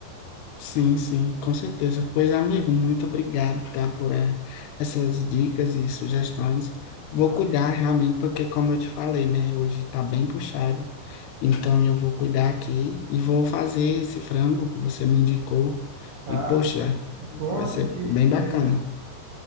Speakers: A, on the left; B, on the right.
A: Sim, sim, com certeza. Pois, amigo, muito obrigado, tá, por eh, essas dicas e sugestões.
B: Mano,
A: Vou cuidar realmente, porque como eu te falei, né, hoje tá bem puxado. Então eu vou cuidar aqui e vou fazer esse frango que você me indicou.
B: tá.
A: E, poxa,
B: Bom
A: vai
B: apetite
A: ser bem
B: pra você,
A: bacana.
B: viu?